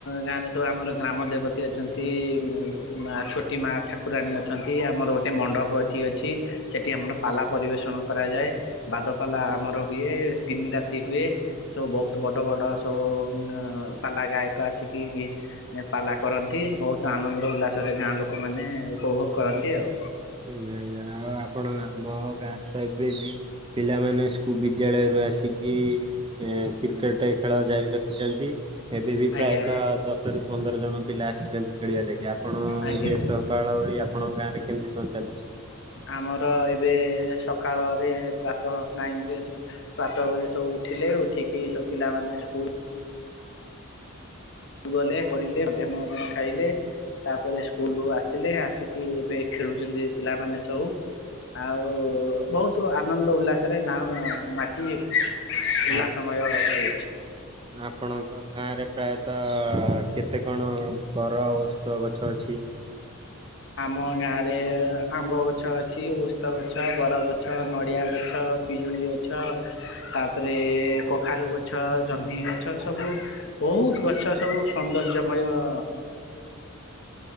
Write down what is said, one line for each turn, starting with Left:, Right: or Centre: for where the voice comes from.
Left: ଗାଁରେ ସବୁ ଆମର ଗ୍ରାମ ଦେବତୀ ଅଛନ୍ତି-ଇ-ଇ-ଇ ମ ଛୋଟି ମା ଠାକୁରାଣୀ ଅଛନ୍ତି ଆମର ଗୋଟେ ମଣ୍ଡପ ଏଠି ଅଛି। ସେଠି ଆମର ପାଲା ପରିବେଷଣ କରାଯାଏ। ବାଦପାଲା ଆମର ହୁଏ, ତିନି ରାତି ହୁଏ। ସବୁ ବହୁତ ବଡ଼ ବଡ଼ ସବୁ-ଉ-ଉ ନା ଆ ପାଲା ଗାୟକ ଆସିକି-ଇ-ଇ ଗୀ ଏ ପାଲା କରନ୍ତି ବହୁତ ଆନନ୍ଦ ଉଲ୍ଲାସରେ ଗାଁ ଲୋକମାନେ ଉପଭୋଗ କରନ୍ତି ଆଉ।
Right: ହୁଁ ଏଆ ଆଉ ଆପଣ ଆମ ଗାଁରେ ତ ଏବେ ବି ପିଲାମାନେ ସ୍କୁ ବିଦ୍ୟାଳୟରୁୁ ଆସିକି ଏ କ୍ରିକେଟ ଖେଳ ଯାଇ ରଖିଛନ୍ତି ଏବେ ବି
Left: ଆଜ୍ଞା
Right: ପ୍ରାୟତଃ ଦଶ ରୁ ପନ୍ଦର ଜଣ ପିଲା ଆସିଛନ୍ତି ଖେଳିବା ଲାଗି ଆପଣ-ଅ-ଅ-ଅ
Left: ଆଜ୍ଞା
Right: ଏବେ ତ ପାଲାବଳି ଆପଣଙ୍କ ଗାଁରେ କେମିତି କଣ ଚାଲିଛି?
Left: ଆମର ଏବେ-ଏ-ଏ ସକାଳରେ ପ୍ରାତଃ ଟାଇମ ରେ ପ୍ରାତ ବେଳେ ସବୁ ଉଠିଲେ ଉଠିକି ସବୁ ପିଲାମାନେ ସ୍କୁଲ ଗଲେ ପଢିଲେ ମଧ୍ୟାହ୍ନ ଭୋଜନ ଖାଇଲେ। ତାପରେ ସ୍କୁଲ ରୁ ଆସିଲେ ଆସିକି ଏବେ ଖେଳୁଛନ୍ତି ପିଲାମାନେ ସବୁ। ଆଉ-ଉ-ଉ-ଉ ବହୁତ ଆନନ୍ଦ ଉଲ୍ଲାସରେ ଗାଁ-ଆ ମାଟି ଉଲା
Right: ଆ
Left: ସମୟ ହେଇ
Right: ଆପଣଙ୍କ ଗାଁରେ ପ୍ରାୟତଃ-ଅ-ଅ-ଅ କେତେ କଣ ବର ଔସ୍ତ ଗଛ ଅଛି?
Left: ଆମ ଗାଁ ରେ-ଏ-ଏ ଆମ୍ବ ଗଛ ଅଛି, ଓସ୍ ତ ଗଛ, ବରଗଛ, ନଡ଼ିଆ ଗଛ, ପିଜୁଳି ଗଛ। ତାପରେ-ଏ-ଏ କଖାରୁ ଗଛ, ଜହ୍ନି ଗଛ ସବୁ ବହୁତ ଗଛ ସବୁ ସୌନ୍ଦର୍ଯ୍ୟମୟ-ଅ-ଅ